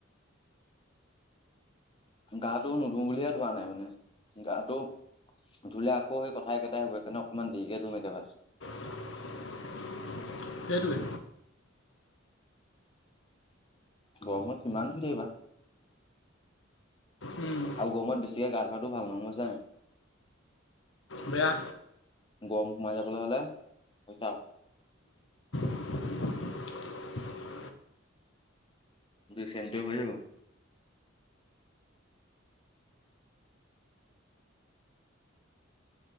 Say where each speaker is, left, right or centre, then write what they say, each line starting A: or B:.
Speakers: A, on the left (about 25°); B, on the left (about 75°).
A: গাটোও নুধু বুলিয়ে ধোৱা নাই মানে, গাটো ধুলে আকৌ সেই কথা একেইটাই হব, সেইকাৰণে অকণমান দেৰিকে ধুম একেবাৰে।
B: <inaudible> সেইটোৱে।
A: গৰমত কিমান ধুই থাকিবা।
B: উম,
A: আৰু গৰমত বেছিকে গা ধোৱাটো ভাল নহয়, গম পাইছানে।
B: বেয়া।
A: গৰম সোমাই যাবলে হলে, হৈছে। <unintelligible>
B: <inaudible>
A: <unintelligible> যাব।